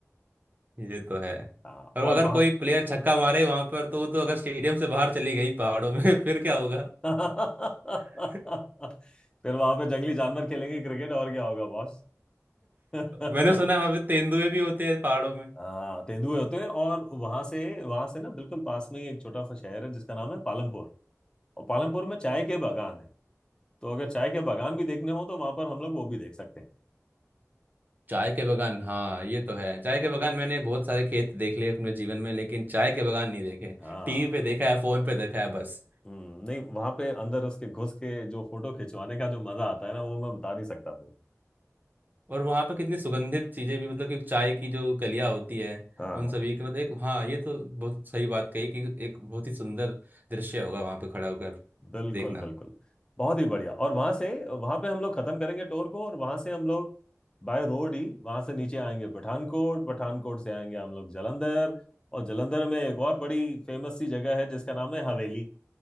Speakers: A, on the right; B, on the left.
A: ये तो है
B: हाँ
A: और अगर
B: और वहां
A: कोई प्लेयर छक्का मारे वहां पर तो वो तो अगर स्टेडियम से बाहर चली गई पहाड़ों में <laughs> फिर क्या
B: <laughs>
A: होगा
B: फिर
A: <laughs>
B: वहां पे जंगली जानवर खेलेंगे क्रिकेट और क्या होगा बॉस <laughs>
A: मैंने सुना है वहां पे तेंदुए भी होते हैं पहाड़ों में
B: हाँ तेंदुए होते हैं और वहां से वहां से ना बिल्कुल पास में ही एक छोटा सा शहर है जिसका नाम है पालमपुर और पालमपुर में चाय के बागान है तो अगर चाय के बागान भी देखने हो तो वहां पर हम लोग वो भी देख सकते हैं
A: चाय के बगान हाँ ये तो है चाय के बगान मैंने बहुत सारे खेत देख लिए अपने जीवन में लेकिन चाय के बगान नहीं देखे
B: हाँ
A: टीवी पे देखा है फोन पे देखा है बस
B: हम्म नहीं वहां पे अंदर उसके घुस के जो फोटो खिंचवाने का जो मजा आता है ना वो मैं बता नहीं सकता फिर
A: और वहां पे कितनी सुगंधित चीजें भी मतलब कि चाय की जो कलियां होती है
B: हाँ
A: उन
B: हाँ।
A: सभी की मतलब एक हाँ ये तो बहुत सही बात कही कि एक बहुत ही सुंदर दृश्य होगा वहां पे खड़ा होकर
B: बिल्कुल
A: देखना
B: बिल्कुल बहुत ही बढ़िया और वहां से वहां पे हम लोग खत्म करेंगे टूर को और वहां से हम लोग बाय रोड ही वहां से नीचे आएंगे पठानकोट पठानकोट से आएंगे हम लोग जालंधर और जालंधर में एक और बड़ी फेमस सी जगह है जिसका नाम है हवेली